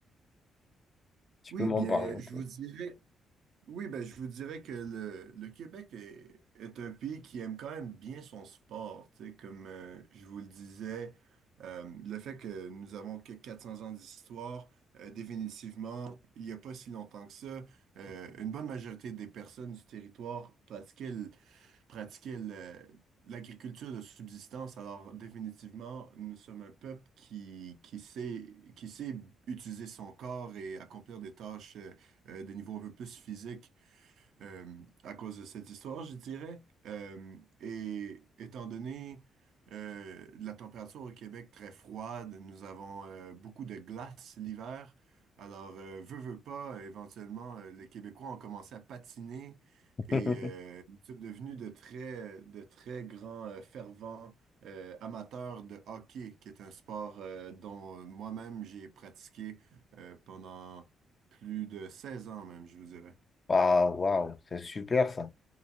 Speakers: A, on the left (about 35°); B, on the right (about 75°).
A: Tu
B: Oui,
A: peux m'en
B: bien,
A: parler un
B: je
A: peu?
B: vous dirais, oui, ben, je vous dirais que le, le Québec est, est un pays qui aime quand même bien son sport. Tu sais, comme euh, je vous le disais, euh, le fait que nous avons que 400 ans d'histoire, euh, définitivement, il n'y a pas si longtemps que ça, euh, une bonne majorité des personnes du territoire pratiquaient le, pratiquaient le- l'agriculture de subsistance. Alors, définitivement, nous sommes un peuple qui, qui sait, qui sait utiliser son corps et accomplir des tâches euh, euh, de niveau un peu plus physique euh, à cause de cette histoire, je dirais. Euh, et étant donné euh, la température au Québec très froide, nous avons euh, beaucoup de glace l'hiver. Alors, euh, veux, veux pas, euh, éventuellement, euh, les Québécois ont commencé à patiner
A: <laughs>
B: et euh, nous sommes devenus de très, de très grands euh, fervents euh, amateurs de hockey, qui est un sport euh, dont moi-même j'ai pratiqué euh, pendant plus de 16 ans même, je vous dirais.
A: Waouh, waouh, c'est super ça.